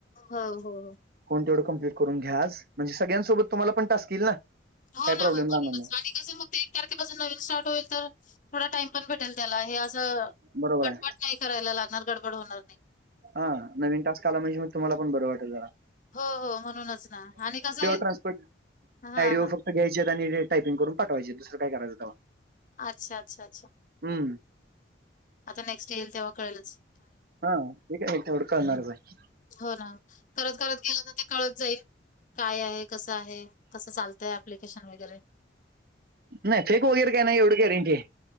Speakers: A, on the left; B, on the right.
A: हो हो हो
B: फोन तेवढं कंप्लीट करून घ्या आज म्हणजे सगळ्यांसोबत तुम्हाला पण टास्क येईल ना
A: हो
B: काय
A: ना
B: प्रॉब्लेम
A: हो म्हणूनच
B: राहणार नाही
A: आणि तसं मग ते एक तारखेपासून नवीन स्टार्ट होईल तर थोडं टाईम पण भेटंल त्याला हे असं तरं
B: बरोबर आहे
A: पटांपट नाहीं करांयला लागणारं गडबंड होणारं नाहीं
B: हां नवीन टास्कं आंला म्हणजे मंग तुम्हांला पणं बरं वाटलं जरां
A: हो हो म्हणूंनचं नां आणि कसं हांय
B: ट्रान्सपोर्ट
A: हां
B: आयडिओ
A: हां
B: फक्त घ्यायचे आणि टायपिंग करूंन पाठवांयचे दुसरंय करायचं तवां
A: अच्छा अच्छा अच्छा
B: हम्मं
A: आंता नेक्स्ट येईल तेव्हां कळेलचं
B: हां ते कायं तेव्हढं कळणांरचं हांय
A: हो नां करतं करतं गेलो तरं ते कळतं जाईल कायं आहे कसं आहे कसं चालतंय ऍप्लिकेशन वैगरें
B: नाहीं फेक वगैरें कांहीं नाहीं एवढं गॅरंटी आहे